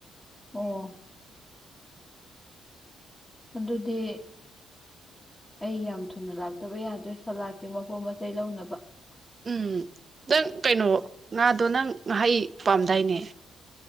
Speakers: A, on the left; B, on the right.
A: ꯑꯣ ꯑꯗꯨꯗꯤ ꯑꯩ ꯌꯥꯝ ꯊꯨꯅ ꯂꯥꯛꯇꯕ ꯌꯥꯗ꯭ꯔꯦ ꯁꯂꯥꯠꯀꯤ ꯃꯄꯣ ꯃꯆꯩ ꯂꯧꯅꯕ
B: ꯎꯝ ꯅꯪ ꯀꯩꯅꯣ ꯉꯥꯗꯣ ꯅꯪ ꯉꯥꯍꯩ ꯄꯥꯝꯗꯥꯏꯅꯦ